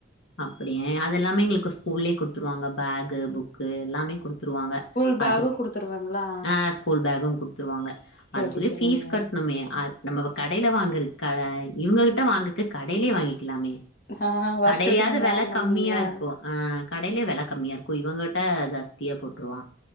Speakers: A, on the left; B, on the left.
A: அப்டி அதெல்லாமே எங்ளுக்கு ஸ்கூல்லே குடுத்துருவாங்க பேக்கு புக்கு எல்லாமே குடுத்து த்துருவாங்க
B: ஸ்கூல் பேகு
A: அது
B: குடுத்துருவாங்களா
A: ஆ ஸ்கூல் பேக்கு குடுத்துருவாங்க
B: சரி
A: அதுக்குரிய
B: சரிங்க
A: ஃபீஸ் கட்னுமே ஆ நம்ம கடையில வாங்கர் கட இவங்ககிட்ட வாங்றக்கு கடைலேயே வாங்கிக்லாமே
B: ஆ வருஷத்துக்கு
A: கடயாது
B: ஒண்ணு
A: வெல
B: வாங்கணும்னீங்களா
A: கம்மியா இருக்கு ஆ கடைலயே வெல கம்மியா இருக் க்கு இவங்கட்ட ஜாஸ்தியா போட்டு போட்ருவா